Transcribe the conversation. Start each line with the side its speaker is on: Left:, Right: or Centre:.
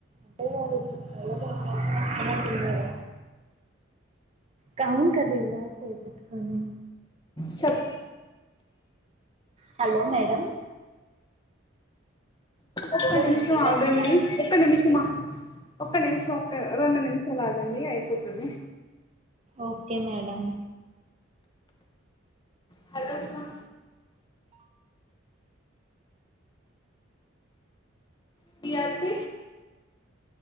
Right: అంటే వాడు <unintelligible> మాట్లాడుతునట్టు ఉన్నాడు కౌంట్ కర్రీ <unintelligible> పోగోట్ కొని
Left: ష ప్
Right: హలొ మేడమ్
Left: ఒక్క నిమిషం
Right: బిజీగా
Left: ఆగండి
Right: ఉన్నారా మేడం
Left: ఒక్క నిమిషమ అ ఒక్క నిమిషం రెండు నిమిషాలు ఆగండి అయిపోతది
Right: okay madam
Left: hello sir C R T